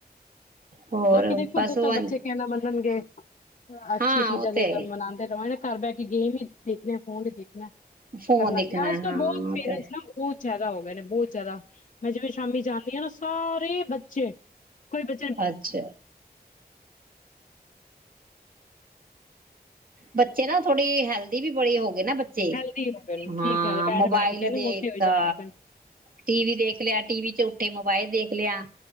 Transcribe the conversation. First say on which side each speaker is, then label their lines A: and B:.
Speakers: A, on the right; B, on the left.
A: ਹੋਰ
B: ਬਾਕੀ ਦੇਖੋ
A: ਬਸ
B: ਜਦ
A: ਉਹ
B: ਤ ਬੱਚੇ ਕਹਿਣਾ ਮੰਨਣਗੇ ਅੱਛੀ
A: ਹਾਂ
B: ਚੀਜ਼ਾਂ
A: ਉਹ
B: ਲਈ
A: ਤੇ
B: ਤਾਂ ਮਨਾਉਂਦੇ ਰਵਾ ਘਰ ਬਹਿ ਕੇ ਗੇਮ ਹੀ ਦੇਖਦੇ ਆ ਫੋਨ ਹੀ ਦੇਖ
A: ਫੋਨ
B: <inaudible> ਅਜ
A: ਦੇਖਣਾ ਹਾਂ
B: ਕਲ ਬਹੁਤ ਪੇਰੈਂਟਸ
A: ਤੇ
B: ਉਹ ਬਹੁਤ ਜ਼ਿਆਦਾ ਹੋ ਗਏ ਨੇ ਬਹੁਤ ਜਿਆਦਾ ਮੈਂ ਜਿਵੇਂ ਸ਼ਾਮੀ ਜਾਦੀ ਹਾਂ ਨਾ ਸਾਰੇ ਬੱਚੇ ਕੋਈ ਬੱਚੇ
A: ਅੱਛਾ ਬੱਚੇ ਨਾ ਥੋੜੀ ਹੈਲਦੀ ਵੀ ਬੜੀ ਹੋ ਨਾ ਬੱਚੇ
B: ਹੈਲਦੀ ਹੋ ਗਏ ਨੇ ਠੀਕ
A: ਹਾਂ
B: ਗੱਲ ਬੈਠ-ਬੈਠ
A: ਮੋਬਾਇਲ
B: ਕੇ ਨਾ
A: ਦੇਖਦਾ
B: ਮੋਟੇ ਹੋਈ ਜਾਂਦੇ ਪਏ ਨੇ।
A: ਟੀਵੀ ਦੇਖ ਲਿਆ ਟੀਵੀ ਉੱਠੇ ਮੋਬਾਇਲ ਦੇਖ ਲਿਆ